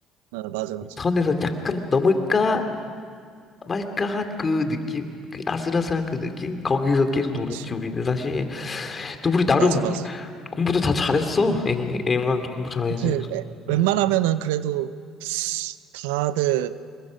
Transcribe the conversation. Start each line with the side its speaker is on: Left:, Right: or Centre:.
Right: 어, 맞아, 맞아.
Left: 선에서 약간 넘을까? 말까한 그 느낌? 그 아슬아슬한 그 느낌? 거기서 계속 놀았지,
Right: 그치.
Left: 우리는 사실. 또 우리 나름
Right: 맞아, 맞아.
Left: 공부도 다 잘했어. 앵, 앵간 공부 잘해야지.
Right: 이제 에- 웬만하면은
Left: 음,
Right: 그래도 다들